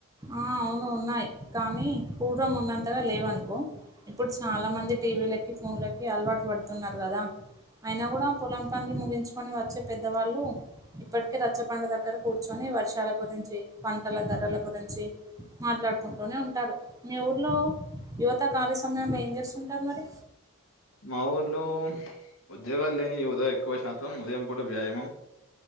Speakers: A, on the right; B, on the left.
A: ఆ అవును ఉన్నాయి కానీ పూర్వం ఉన్నంతగా లేవనుకో ఇప్పుడు చాలా మంది టీవీ లకి ఫోన్లకి అలవాటు పడుతున్నారు కదా అయినా కూడా పొలం పన్లు ముగించుకొని వచ్చే పెద్దవాళ్ళు ఇప్పటికే రచ్చ బండ దగ్గర కూర్చొని వర్షాల గురించి పంటల ధరల గురి చి మాట్లాడుకుంటూనే ఉంటారు మీ ఊర్లో యువత కాల ఏం చేస్తుంటారు మరి
B: మా ఊర్లో ఉద్యోగాలు లేని యువత ఎక్కువ శాతం ఉదయం పూట వ్యాయామం